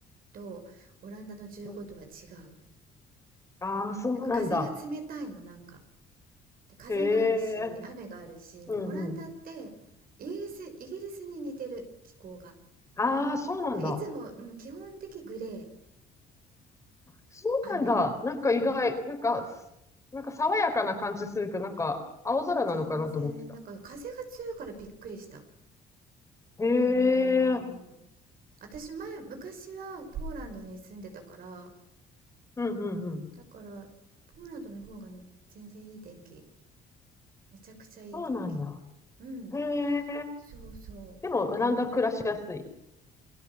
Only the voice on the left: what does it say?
うん。ああ、そうなんだ。
へえ。うん、うん。ああ、そうなんだ。
そうなんだ。
なんか意外、なんか、なんか爽やかな感じするけど、なんか、青空なのかなと思ってた。
へ
え。
うん、うん、うん。
そうなんだ。
へえ。
でも、オランダ暮らしやすい。